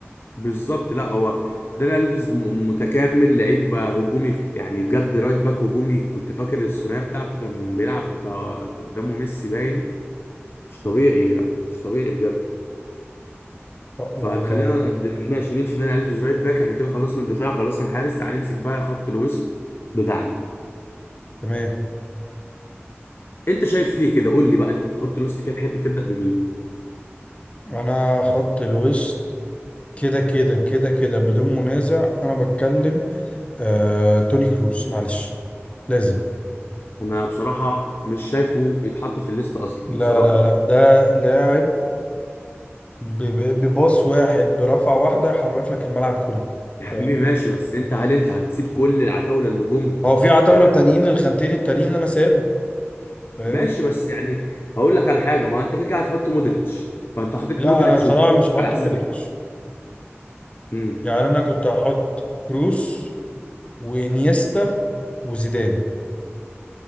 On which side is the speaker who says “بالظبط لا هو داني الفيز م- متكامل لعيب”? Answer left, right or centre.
Left